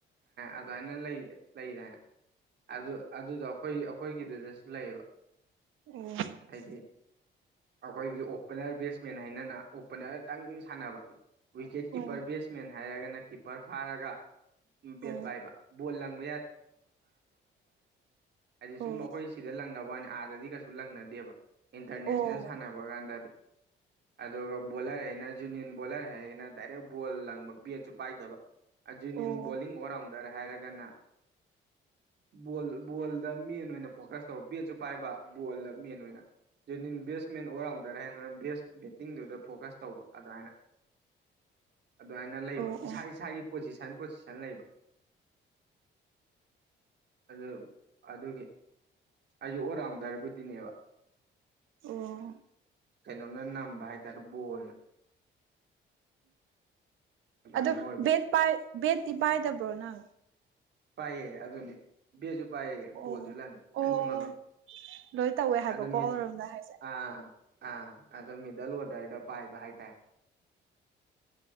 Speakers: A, on the right; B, on the right.
A: ꯑꯗꯨꯋꯥꯏꯅ ꯂꯩꯑꯕꯥ ꯂꯩꯔꯦ ꯑꯗꯨ ꯑꯗꯨꯗꯣ ꯑꯩꯈꯣꯏ ꯑꯩꯈꯣꯏꯒꯤꯗꯨꯗꯁꯨ ꯂꯩꯌꯦꯕ
B: ꯑꯣꯑꯣ
A: ꯍꯥꯏꯗꯤ ꯑꯩꯈꯣꯏꯒꯤ ꯑꯣꯄꯅꯔ ꯕꯦꯠꯁꯃꯦꯟ ꯍꯥꯏꯅꯅ ꯑꯣꯄꯅꯔꯇꯪ ꯁꯥꯟꯅꯕ ꯋꯤꯀꯦꯠ
B: ꯑꯣ
A: ꯀꯤꯞꯄꯔ ꯕꯦꯠꯁꯃꯦꯟ ꯍꯥꯏꯔꯒꯅ ꯀꯤꯞꯄꯔ ꯐꯥꯔꯒ ꯕꯦꯠ
B: ꯑꯣ
A: ꯄꯥꯏꯕ ꯕꯣꯜ ꯂꯪ UNINTELLIGIBLE
B: ꯑꯣ
A: ꯑꯥꯗꯗꯤ ꯀꯩꯁꯨ ꯂꯪꯅꯗꯦꯕ ꯏꯟꯇꯔꯅꯦꯁꯅꯦꯜ
B: ꯑꯣ
A: ꯁꯥꯟꯅꯕ ꯀꯥꯟꯗꯗꯤ ꯑꯗꯨꯒ ꯕꯣꯂꯔ ꯍꯥꯏꯅ ꯖꯨꯅꯤꯌꯟ ꯕꯣꯂꯔ ꯍꯥꯏ ꯔꯒꯅ ꯗꯥꯏꯔꯦꯛ ꯕꯣꯜ ꯂꯪꯕ ꯕꯦꯠꯁꯨ ꯄꯥꯏꯗꯕ ꯑꯖꯨꯅꯤꯟ
B: ꯑꯣ
A: ꯕꯣꯂꯤꯡ ꯑꯣꯜ ꯔꯥꯎꯟꯗꯔ ꯍꯥꯏꯔꯒꯅ ꯕꯣꯜ ꯕꯣꯜꯗ ꯃꯦꯟ ꯑꯣꯏꯅ ꯐꯣꯀꯁ ꯇꯧꯕ ꯕꯦꯠꯁꯨ ꯄꯥꯏꯕ ꯕꯣꯜꯗ ꯃꯦꯟ ꯑꯣꯏꯅ ꯖꯦꯅꯤꯌꯟ ꯕꯦꯠꯁꯃꯦꯟ ꯑꯣꯜ ꯔꯥꯎꯟꯗꯔ ꯍꯥꯏꯔꯒꯅ ꯕꯦꯁ ꯕꯦꯠꯇꯤꯡꯗꯨꯗ ꯐꯣꯀꯁ ꯇꯧꯕ ꯑꯗꯨꯋꯥꯏꯅ ꯑꯗꯨꯋꯥꯏꯅ ꯂꯩꯕ
B: ꯑꯣ
A: ꯏꯁꯥ-
B: ꯑꯣ
A: ꯏꯁꯥꯒꯤ ꯄꯣꯖꯤꯁꯟ- ꯄꯣꯖꯤꯁꯟ ꯂꯩꯕ ꯑꯗꯣ ꯑꯗꯨꯒꯤ ꯑꯩꯖꯨ ꯑꯣꯜ ꯔꯥꯎꯟꯗꯔꯕꯨꯗꯤꯅꯦꯕ
B: ꯑꯣꯑꯣ
A: ꯀꯩꯅꯣꯅ ꯅꯝꯕ ꯍꯥꯏꯇꯥꯔꯦ ꯕꯣꯜꯅ ꯑꯗꯨꯃꯥꯏꯅ
B: ꯑꯗꯣ
A: ꯑꯣꯏꯕ
B: ꯕꯦꯠ ꯄꯥꯏ ꯕꯦꯠꯇꯤ ꯄꯥꯏꯗꯕ꯭ꯔꯣ ꯅꯪ
A: ꯄꯥꯏꯌꯦ ꯑꯗꯨꯅꯤ ꯕꯦꯠꯁꯨ ꯄꯥꯏ
B: ꯑꯣ
A: ꯕꯣꯜꯁꯨ ꯂꯪꯉꯤ ꯑꯅꯤꯃꯛꯅꯤ
B: ꯑꯣ ꯂꯣꯏ ꯇꯧꯋꯦ ꯍꯥꯏꯕꯀꯣ
A: ꯑꯗꯨ ꯃꯤ
B: ꯑꯣꯏꯔꯣꯝꯗ ꯍꯥꯏꯁꯦ
A: ꯑꯥ ꯑꯥ ꯑꯣ ꯃꯤꯗꯜ ꯑꯣꯗꯔꯗ ꯄꯥꯏꯕ ꯍꯥꯏꯇꯥꯔꯦ